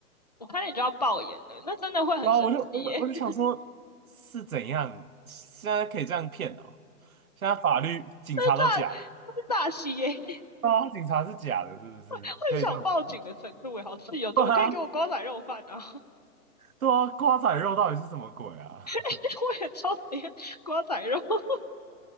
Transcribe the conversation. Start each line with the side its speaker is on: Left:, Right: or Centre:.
Left: 我差点就要爆眼了，那真的会很生气耶，
Right: 然后我就我就我就想说，
Left: <laughs>
Right: 是怎样现在可以这样骗哦？现在法律警察都假的，
Left: 那是诈，那是诈欺耶，<laughs>
Right: 对啊，警察是假的，是不是？
Left: 会想报警的程度耶，
Right: 可以这样子？
Left: 好气哦！怎么可以给我瓜仔肉饭啊？
Right: <laughs> 对啊，对啊，瓜仔肉到底是什么鬼啊？
Left: <laughs> 我也超讨厌瓜仔肉，<laughs> 我